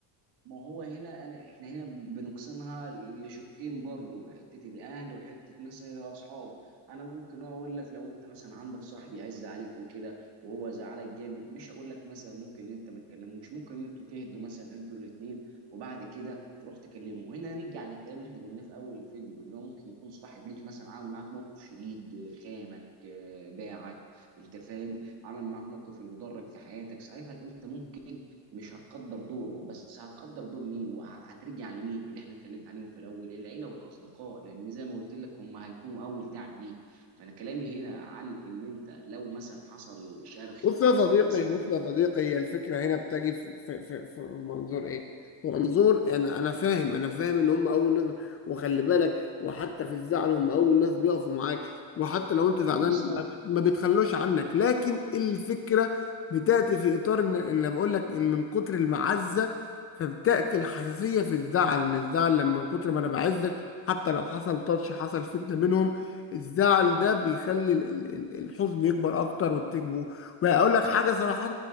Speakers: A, on the right (about 60°); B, on the left (about 30°).
A: ما هو هنا انا احنا هنا بنقسمها لشقين برضو حته الاهل وحته مثلا الاصحاب انا ممكن اقول لك لو انت مثلا عندك صاحب يعز عليك وكده وهو زعلك جامد مش هقول لك مثلا ممكن إن انت ما تكلموش ممكن ان انتوا تهدوا مثلا انتوا الاثنين وبعد كده تروح تكلمه وهنا نرجع للكلام اللي احنا قلناه في اول الفيديو ان هو ممكن يكون صاحب ليك مثلا عامل معاك موقف شديد خانك آه، باعك انت فاهم عمل معاك موقف انه ضرك في حياتك ساعتها انت ممكن مش هتقدر دوره بس هتقدر دور مين وهترجع لمين اللي احنا اتكلمت عليهم في الاول العيله والاصدقاء لان زي ما قلت لك هم هيكونوا اول دعم ليك فانا كلامي هنا عن ان انت لو مثلا حصل شرخ
B: بص
A: او حصل
B: يا صديقي
A: مثلا
B: بص يا صديقي هي الفكرة هنا بتجي في, في, في, في منظور ايه؟ في منظور انا انا فاهم انا فاهم ان هم اول ناس وخلي بالك وحتى في الزعل هم اول ناس بيقفوا معاك وحتى لو انت زعلان
A: بالظبط
B: ما بت- ما بيتخلوش عنك لكن الفكرة بتأتي في اطار ان ان بقول لك ان من كتر المعزة فبتأتي الحساسية في الزعل ان الزعل لما من كتر ما انا بعزك حتى لو حصل تاتش حصل فتنة بينهم الزعل ده بيخلي ال- ال- ال- الحزن يكبر اكتر والتكبر فاقول لك حاجه صراحه